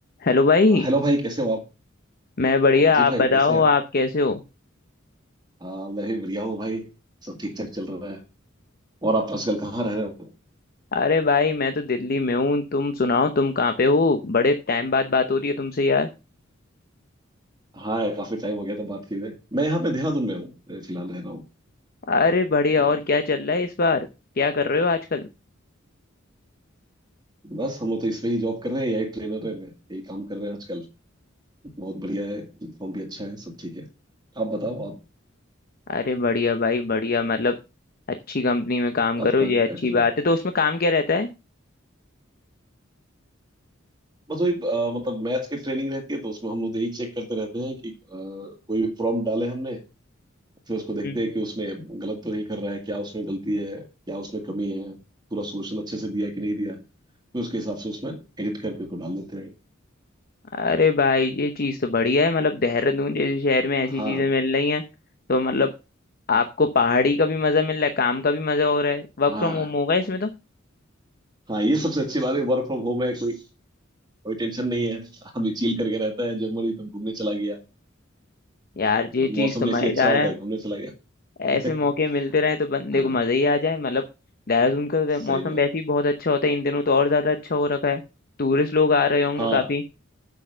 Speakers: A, on the left; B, on the right.
A: Hello भाई
B: अ, Hello भाई कैसे हो आप
A: मैं बढ़िया
B: अ, जी
A: आप
B: भाई
A: बताओ
B: कैसे हैं आप
A: आप कैसे हो
B: अ, मैं भी बढ़िया हूँ भाई सब ठीक ठाक चल रहा है और आप आजकल कहाँ रह रहे हो
A: अरे भाई मैं तो दिल्ली में हूँ तुम सुनाओ तुम कहाँ पे हो बड़े टाइम बाद बात हो रही है तुमसे यार
B: हाँ यार, काफी टाइम हो गया था बात किए हुए मैं यहाँ पे देहरादून में हूँ अ, फिलहाल रह रहा हूँ
A: अरे बढ़िया
B: तो
A: और क्या चल रहा है इस बार क्या कर रहे हो आजकल
B: बस हम लोग तो इसमें ही जॉब कर रहे हैं यही ट्रेनर है मैं यही काम कर रहे हैं आजकल बहुत बढ़िया है यूनिफॉर्म भी अच्छा है सब ठीक है आप बताओ आप
A: अरे बढ़िया भाई बढ़िया मतलब अच्छी कंपनी में काम
B: आप
A: करो
B: कहाँ
A: ये
B: क्या
A: अच्छी
B: कर रहे
A: बात
B: हो
A: है तो उसमें काम क्या रहता है
B: बस वही अ, मतलब मैथ्स की ट्रेनिंग रहती है तो उसमें हम लोग यही चेक करते रहते हैं कि अ, कोई भी प्रॉब्लम डाले हमने फिर उसको देखते
A: हम्म,
B: हैं कि उसमें गलत तो नहीं कर रहा है क्या उसमें गलती है क्या उसमें कमी है पूरा सोल्यूशन अच्छे से दिया है कि नहीं दिया फिर उसके हिसाब से उसमें एडिट करके उसको डाल देते हैं
A: अरे भाई ये चीज़ तो बढ़िया है मतलब देहरादून जैसे शहर में ऐसी
B: हाँ
A: चीज़ें मिल रही हैं तो मतलब आपको पहाड़ी का भी मज़ा मिल रहा है काम का भी मज़ा हो रहा है वर्क
B: हाँ
A: फ्रॉम होम होगा इसमें तो
B: हाँ ये सबसे अच्छी बात है वर्क फ्रॉम होम है कोई कोई टेंशन नहीं है आदमी चिल करके रहता है जब मरी तब घूमने चला गया
A: यार ये चीज
B: मौसम
A: तो
B: जैसे
A: मजेदार
B: ही अच्छा होता
A: है
B: है घूमने चला गया
A: ऐसे मौके
B: <laughs>
A: मिलते रहे तो बंदे
B: हाँ
A: को मजे ही आ जाए मतलब देहरादून का वै-
B: सही
A: मौसम
B: बात
A: वैसे
B: है।
A: ही बहुत अच्छा होता है इन दिनों तो और ज्यादा अच्छा हो रखा है टूरिस्ट लोग आ रहे होंगे
B: हाँ
A: काफी